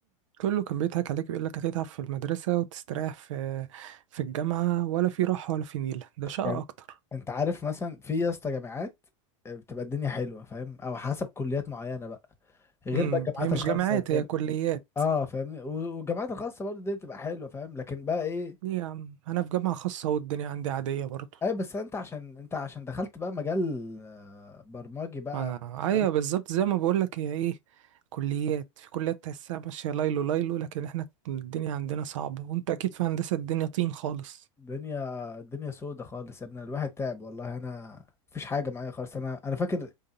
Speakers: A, on the right (about 75°); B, on the left (about 15°).
A: كله كان بيضحك عليك ويقول لك هتتعب في المدرسة وتستريح في في الجامعة ولا في راحة ولا في نيلة ده شقة
B: يعني
A: اكتر
B: انت عارف مثلا في يا اسطى جامعات آه، بتبقى الدنيا حلوة فاهم او حسب كليات معينة بقى غير
A: امم
B: بقى الجامعات
A: هي مش
B: الخاصة
A: جامعات
B: وكده.
A: هي كليات
B: اه فاهمني و- والجامعات الخاصه برضه دي بتبقى حلوه فاهم لكن بقى ايه
A: ليه يا عم انا في جامعة خاصة والدنيا عندي عادية برضو
B: اي بس انت عشان انت عشان دخلت بقى مجال آه، برمجي بقى
A: آه
B: دخلت
A: ايوه بالظبط زي ما بقول لك هي ايه كليات في كليات تحسها ماشية ليلو ليلو لكن احنا الدنيا عندنا صعبة وانت اكيد في هندسة الدنيا طين خالص
B: دنيا الدنيا سودة خالص يا ابني الواحد تعب والله انا مفيش حاجه معايا خالص انا انا فاكر